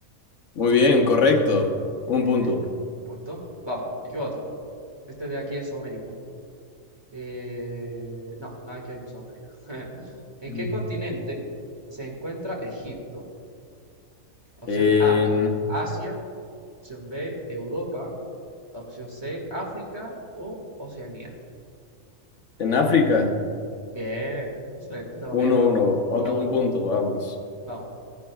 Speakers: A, on the left (about 60°); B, on the right (about 20°).
A: Muy bien, correcto.
B: Eh,
A: Un punto.
B: un punto. Vamos, aquí va otro. Este de aquí es Sudamérica. Eh, no, nada que ver con Sudamérica. <laughs> ¿En
A: Mm.
B: qué continente se encuentra Egipto? Opción
A: En,
B: A, Asia. Opción B, Europa. Opción C, África o Oceanía.
A: en África,
B: Bien, excelente, estamos
A: uno,
B: bien, estamos
A: uno,
B: bien.
A: otro,
B: Uno a uno.
A: un punto, vamos.
B: Vamos.